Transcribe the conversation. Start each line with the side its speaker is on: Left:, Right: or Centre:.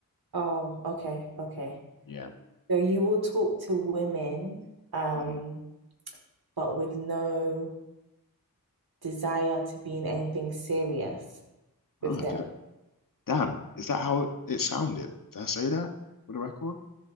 Right: Oh, okay, okay.
Left: Yeah.
Right: So you will talk to women, um,
Left: Mm-hmm.
Right: but with no desire to be in anything serious with
Left: Oh,
Right: them.
Left: did Damn, is that how it sounded? Did I say that for the record?